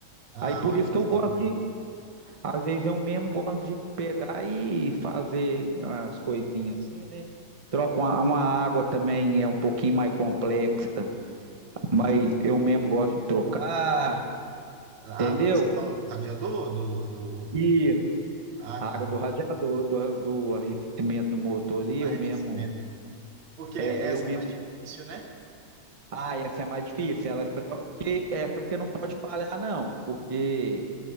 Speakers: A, on the right; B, on the right.
A: Ah,
B: Aí por
A: olha
B: isso que
A: só.
B: eu gosto de, às vezes eu mesmo gosto de pegar e fazer as coisinhas assim, né? Troco uma, uma água também, é um pouquinho mais complexa. mas eu mesmo gosto de trocar,
A: A
B: entendeu?
A: água que você fala do radiador, do, do...
B: E
A: Ah,
B: a
A: tá.
B: água do radiador, do, do arrefecimento do motor ali,
A: Arrefecimento.
B: eu mesmo,
A: Porque
B: é,
A: essa
B: eu mesmo,
A: é o início, né?
B: ah, essa é a mais difícil, ela, porque essa você não pode falhar não, porque,